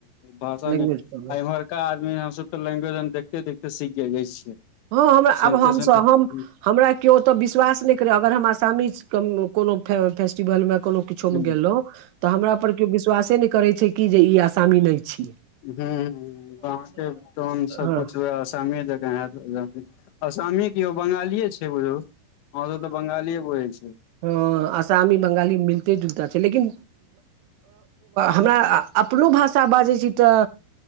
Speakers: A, on the left (about 80°); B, on the right (about 75°).
A: भाषामहर
B: लैंग्वेज प्रॉब्लम
A: ओतोका आदमीके हम तऽ लैग्वेज देखते देखते सीख जाई छियै
B: हँ हमरा
A: सुनते
B: आब हमसभ
A: सुनते ह
B: हम हमरा केओ ओतऽ विश्वास नहि करैत अगर हम आसामी कोनो फेस्टिवल मे कोनो किछो
A: ह
B: मे गेलहुँ तऽ हमरा पर केओ विश्वासे नहि करैत छै कि जे ई आसामी नहि अछि
A: हूँ हूँ गामके टाउन सभकुछ
B: हँ
A: उहे आसामी जँका हैयत असामिकि यौ बंगालिये छिये बुझू हमसभ तऽ बंगालिए बुझैत छिये
B: ह असामी बंगाली मिलते जुलताे छै लेकिन हमरा अपनो भाषा बाजै छी तऽ